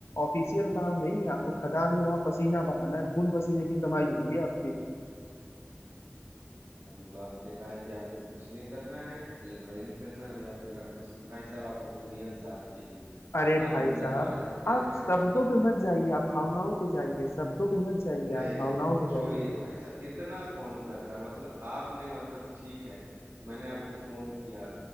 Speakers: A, on the left; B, on the right.
A: ऑफिशियल काम नहीं है आपको खदान में वहां पसीना बहाना है खून पसीने की कमाई हुई है आपकी
B: अभी तो आपने कहा कि आपको कुछ नहीं करना है लेबर ही नहीं करना है, अभी आप मेरा पैसे भाई साहब आप अपनी नियत साफ कीजिए
A: अरे भाई
B: आप मुझे
A: साहब
B: कहाँ धकेल
A: आप
B: रहे
A: शब्दों
B: हैं
A: पे मत जाइए आप भावनाओं पे जाइए शब्दों पे मत जाइए
B: नहीं
A: आप
B: नहीं
A: भावनाओं
B: नहीं
A: पे
B: छोड़िए
A: जाइए
B: भाई साहब इतना कौन करता है? मतलब आपने मतलब ठीक है मैंने आपको फोन किया